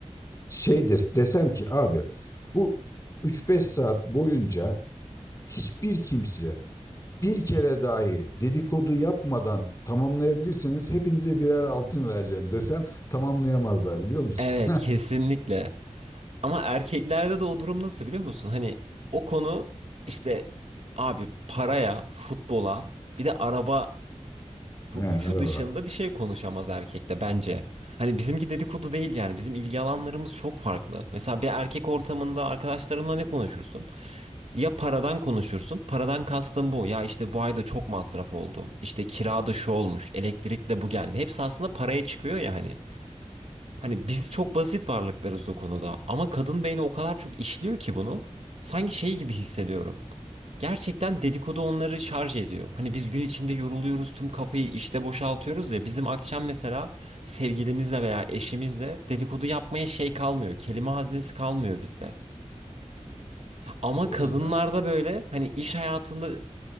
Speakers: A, on the left; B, on the right.
A: Şey des desem ki abi bu üç beş saat boyunca hiçbir kimse bir kere dahi dedikodu yapmadan tamamlayabilirseniz hepinize birer altın vereceğim desem tamamlayamazlar biliyor musunuz?
B: Evet, kesinlikle. Ama erkeklerde de o durum nasıl biliyor musun? Hani o konu işte abi paraya, futbola, bir de araba bu
A: <laughs> He,
B: üçü
A: araba.
B: dışında bir şey konuşamaz erkekte bence. Hani bizimki dedikodu değil yani. Bizim ilgi alanlarımız çok farklı. Mesela bir erkek ortamında arkadaşlarınla ne konuşursun? Ya paradan konuşursun. Paradan kastım bu. Ya işte bu ayda çok masraf oldu. İşte kirada şu olmuş. Elektrik de bu geldi. Hepsi aslında paraya çıkıyor ya hani. Hani biz çok basit varlıklarız o konuda ama kadın beyni o kadar çok işliyor ki bunu sanki şey gibi hissediyorum. Gerçekten dedikodu onları şarj ediyor. Hani biz gün içinde yoruluyoruz, tüm kafayı işte boşaltıyoruz ya bizim akşam mesela sevgilimizle veya eşimizle dedikodu yapmaya şey kalmıyor. Kelime haznesi kalmıyor bizde. Ama
A: Doğru
B: kadınlarda
A: ya.
B: böyle hani iş hayatında